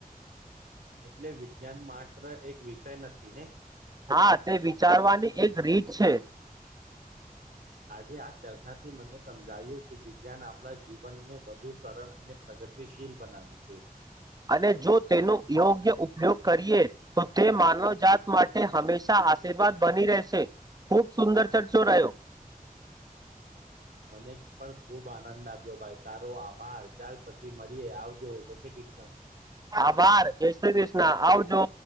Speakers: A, on the right; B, on the right.
A: એટલે વિજ્ઞાન માત્ર એક વિષય નથી ને
B: હા તે વિચારવાની એક રીત છે
A: આજે આ ચર્ચાથી મને સમજાયું કે વિજ્ઞાન આપણા જીવનને વધુ સરળ અને પ્રગ ગતિશીલ બનાવે છે
B: અને જો તેનો યોગ્ય ઉપયોગ કરીએ તો તે માનવ જાાત માટે હંમેશા આશીર્વાદ બની રહેશે ખૂબ સુંદર ચર્ચો રહ્યો
A: મને પણ ખુબ આનંદ આવ્યો ભાઈ તારો આભાર ચાલ પછી મળીએ આવજો જય શ્રી કૃષ્ણ
B: આભાર જય શ્રી કૃષ્ણ આવજો